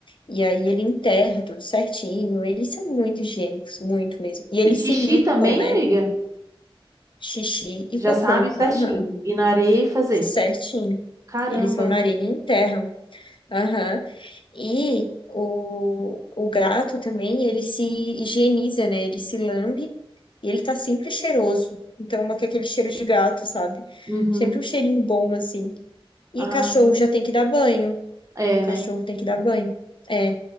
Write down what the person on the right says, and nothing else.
E xixi
também,
amiga?
Já
sabe certinho.
Ir na areia e fazer.
Caramba.
Uhum.
Ah,
é,
né?